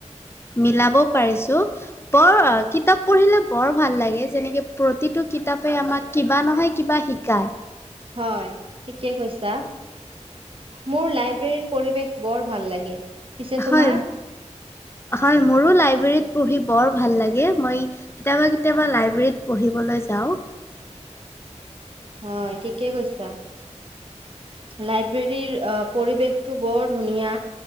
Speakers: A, on the left; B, on the right.
A: মিলাব পাৰিছো বৰ কিতাপ পঢ়িলে বৰ ভাল লাগে যেনেকে প্ৰতিটো কিতাপে আমাক কিবা নহয় কিবা শিকায় <unintelligible>
B: হয় ঠিকে কৈছা মোৰ লাইব্ৰেৰীৰ পৰিৱেশ বৰ ভাল লাগে পিছে
A: হয়
B: তোমাৰ
A: হয় মোৰো লাইব্ৰেৰীত পঢ়ি বৰ ভাল লাগে মই কেতিয়াবা কেতিয়াবা লাইব্ৰেৰীত পঢ়িবলৈ যাওঁ
B: হয় ঠিকে কৈছা লাইব্ৰেৰীৰ পৰিৱেশটো বৰ ধুনীয়া